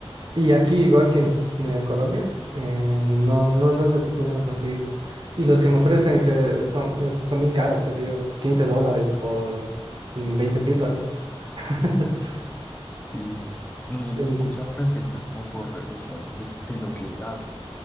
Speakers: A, on the right; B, on the left.
A: Y aquí, igual que en eh, Colombia, eh, no, no, no las estoy pudiendo conseguir. Y los que me ofrecen que son, es- son bien caras, qué sé yo, 15 dólares por mm, 20 píldoras. <laughs>
B: Y, no, yo he
A: En-
B: escuchado reseñas como por redes sociales de, de lo que hacen,